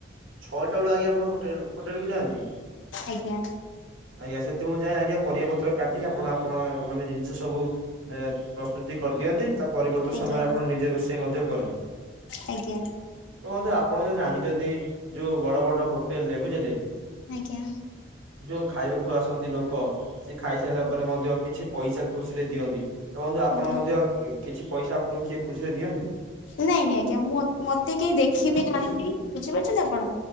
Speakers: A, on the right; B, on the left.
A: ଛଅଟା ବେଳୁ ଆଜ୍ଞା ଆପଣ ହୋଟେଲ ହୋଟେଲକୁ ଯାଆନ୍ତି?
B: ଆଜ୍ଞା।
A: ଆଜ୍ଞା ସେତେବେଳୁ ଯାଏଁ ଆଜ୍ଞା ପରିବା ପତ୍ର କାଟି ଆପଣ ଆପଣ ମାନେ ଜିନିଷ ସବୁ ମ ପ୍ରସ୍ତୁତି କରିଦିଅନ୍ତି? ତା ପରିବର୍ତ୍ତ
B: ଆଜ୍ଞା
A: ସମୟରେ ଆପଣ ନିଜେ ରୋଷେଇ ମଧ୍ୟ କରନ୍ତି?
B: ଆଜ୍ଞା
A: ତ ବନ୍ଧୁ ଆପଣ ତ ଜାଣିଛନ୍ତି ଜୋଉ ବଡ ବଡ ହୋଟେଲରେ ବୁଝିଲେ?
B: ଆଜ୍ଞା।
A: ଯୋଉ ଖାଇବାକୁ ଆସନ୍ତି ଲୋକ ସିଏ ଖାଇସାରିଲା ପରେ ମଧ୍ୟ କିଛି ପଇସା ଖୁସିରେ ଦିଅନ୍ତି। ତ ବନ୍ଧୁ ଆପଣ
B: ଆଜ୍ଞା
A: ମଧ୍ୟ କିଛି ପଇସା ଆପଣଙ୍କୁ କିଏ ଖୁସିରେ ଦିଅନ୍ତି?
B: ନାଇଁ, ନାଇଁ ଆଜ୍ଞା ମୁଁ ମତେ କେହି ଦେଖିବି ନାହାନ୍ତି, ବୁଝିପାରୁଛନ୍ତି ଆପଣ,